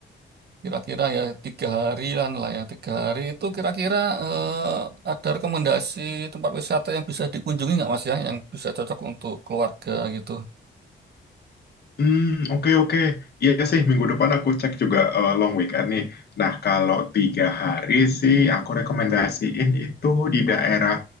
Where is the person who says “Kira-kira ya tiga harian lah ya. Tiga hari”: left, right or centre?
Right